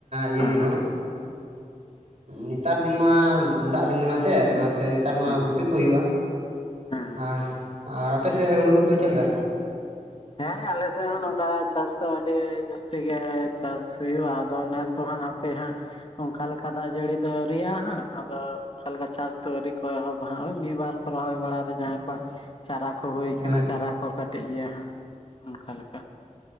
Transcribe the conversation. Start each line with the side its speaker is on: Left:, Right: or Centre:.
Right: ᱤᱭᱟᱹ
Left: ᱦᱮᱸ
Right: ᱫᱤᱱ ᱦᱚᱸ ᱱᱮᱛᱟᱨ ᱫᱤᱱ ᱢᱟ ᱫᱟᱜ ᱫᱤᱱ ᱠᱟᱱᱟ ᱥᱮ ᱚᱱᱟ ᱛᱮ ᱛᱟᱨᱢᱟᱱᱮ
Left: ᱦᱮᱸ
Right: ᱜᱩᱯᱤ ᱠᱚ ᱦᱩᱭᱩᱜᱼᱟ,
Left: ᱦᱮᱸ
Right: ᱟᱸ ᱟᱨ ᱟᱯᱮᱥᱮᱫ ᱦᱳᱲᱳ ᱠᱚ ᱛᱟᱯᱮ ᱪᱮᱫ ᱞᱮᱠᱟ?
Left: ᱦᱮᱸ ᱟᱞᱮᱥᱮᱫ ᱦᱚᱸ ᱱᱚᱝᱠᱟ ᱪᱟᱥ ᱫᱚ ᱟᱹᱰᱤ ᱡᱟᱹᱥᱛᱤ ᱜᱮ ᱪᱟᱥ ᱦᱩᱭᱩᱜᱼᱟ, ᱟᱫᱚ ᱱᱮᱥ ᱫᱚ ᱦᱟᱸᱜ ᱯᱮ ᱦᱟᱸᱜ ᱚᱱᱠᱟ ᱞᱮᱠᱟ ᱫᱟᱜ ᱡᱟᱹᱲᱤ ᱫᱚ ᱟᱹᱣᱨᱤᱭᱟᱜ-ᱟ ᱦᱟᱸᱜ ᱟᱫᱚ ᱚᱱᱠᱟ ᱞᱮᱠᱟ ᱪᱟᱥ ᱫᱚ ᱟᱹᱣᱨᱤ ᱠᱚ ᱮᱦᱚᱵᱟ ᱦᱚᱭ ᱢᱤᱫᱵᱟᱨ ᱠᱚ ᱨᱚᱦᱚᱭ ᱵᱟᱲᱟᱭᱫᱟ ᱡᱟᱦᱟᱸᱭ ᱠᱚᱣᱟᱜ ᱪᱟᱨᱟ ᱠᱚ ᱦᱩᱭ ᱠᱟᱱᱟ
Right: ᱦᱮᱸ
Left: ᱪᱟᱨᱟ ᱠᱚ ᱠᱟᱹᱴᱤᱡ ᱜᱮᱭᱟ ᱦᱟᱸᱜ ᱚᱱᱠᱟ ᱞᱮᱠᱟ